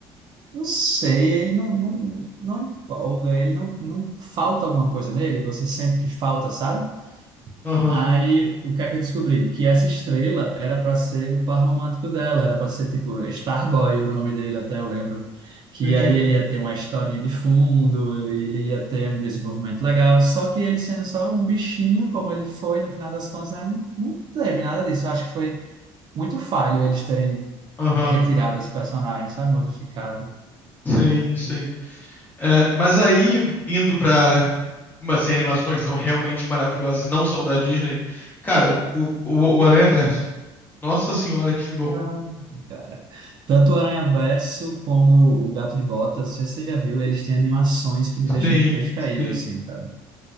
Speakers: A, on the right; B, on the left.
A: não sei, ele não, não, não empolga, ele não, não falta alguma coisa nele, você sente que falta, sabe?
B: Aham,
A: Aí, o que é que eu descobri? Que essa estrela era para ser o par romântico dela, era para ser tipo Starboy, o nome dele, até eu lembro. Que
B: entendi.
A: aí ele ia ter uma historinha de fundo, ele ia ter um desenvolvimento legal, só que ele sendo só um bichinho, como ele foi, no final das contas, né, não não teve nada disso. Eu acho que foi muito falho eles terem
B: Aham,
A: retirado esse personagem, sabe? Modificado.
B: sim, sim. É, mas aí, indo pra umas assim, animações que são realmente maravilhosas e não são da Disney, cara, o, o, o Aranha Verso. Nossa senhora, que filme bom.
A: Ah, cara. Tanto o Aranhaverso como o Gato de Botas, não sei se você já viu, eles têm animações que me deixam
B: Sim,
A: de queixo caído,
B: sim.
A: assim, cara.